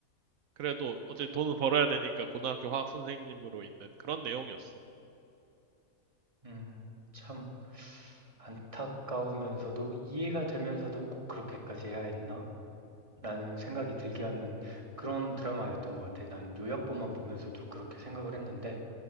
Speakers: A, on the right (about 80°); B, on the right (about 25°).
A: 그래도 어제 돈을 벌어야 되니까 고등학교 화학 선생님으로 있는 그런 내용이었어.
B: 음, 참 안타까우면서도 이해가 되면서도 꼭 그렇게까지 해야 했나? 라는 생각이 들게 하는 그런 드라마였던 것 같아. 난 요약본만 보면서도 그렇게 생각을 했는데,